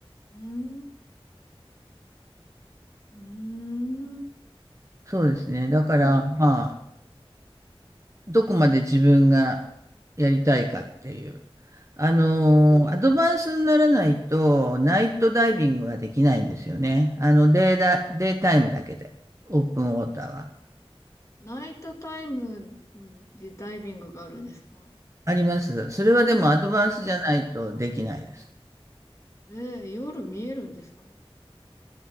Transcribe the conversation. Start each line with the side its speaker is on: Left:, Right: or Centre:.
Left: ーん。うーん。
Right: そうですね。だから、
Left: そう
Right: まあ、どこまで自分がやりたいかっていう。あのー、
Left: うん
Right: アドバンスにならないと、ナイトダイビングはできないんですよね。あの、デーだデータイムだけで、オープンウォーターは。
Left: ナイトタイムでダイビングがあるんですか
Right: あります。それはでもアドバンスじゃないとできないです。
Left: えー、夜見えるんですか